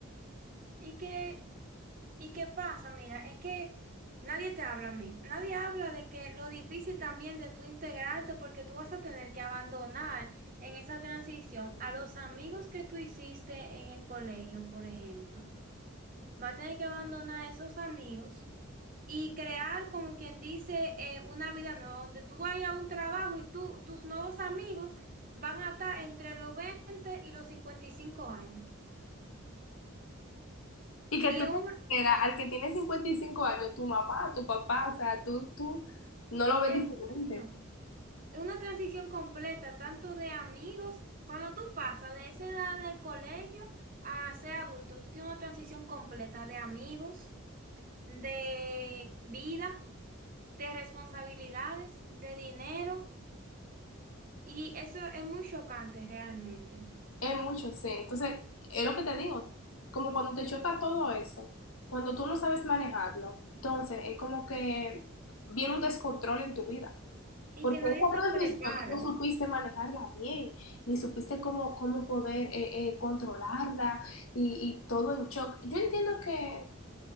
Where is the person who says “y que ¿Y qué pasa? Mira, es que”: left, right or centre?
Right